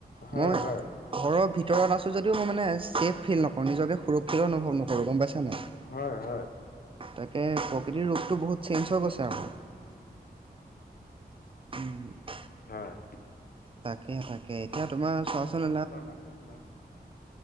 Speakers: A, on the left; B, on the right.
A: হয়
B: মই-
A: হয়
B: ঘৰৰ ভিতৰত আছোঁ যদিও মই মানে ছেফ ফিল নকৰোঁ, নিজকে সুৰক্ষিত অনুভৱ নকৰোঁ। গম পাইছা নাই?
A: হয়‌ হয়।
B: তাকে, প্ৰকৃতিৰ ৰোপটো বহুত চেঞ্জ হৈ গৈছে আৰু। <unintelligible>
A: হয়।
B: তাকে তা- কে। এতিয়া তোমাৰ চোৱাচোন,
A: এই তোমাৰ মাতটো শুনা নাই